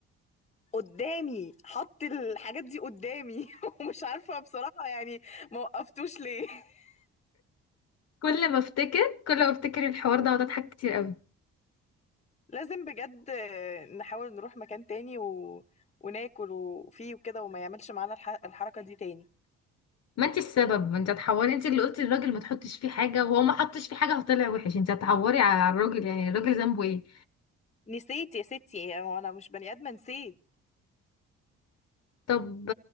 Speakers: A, on the left; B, on the left.
A: قدامي حط الحاجات دي قدامي <laughs> ومش عارفه بصراحه يعني ما وقفتوش ليه <laughs>
B: كل ما افتكر كل ما افتكر الحوار ده اقعد اضحك كتير قوي
A: لازم بجد نحاول نروح مكان تاني و... وناكل وفيه وكده وما يعملش معانا الح... الحركه دي تاني
B: ما انت السبب ما انت هتحوري انت اللي قلتي للراجل ما تحطش فيه حاجه وهو ما حطش فيه حاجه فطلع وحش انت هتحوري على الراجل يعني الراجل ذنبه ايه
A: نسيت يا ستي هو انا مش بني ادمه نسيت
B: طب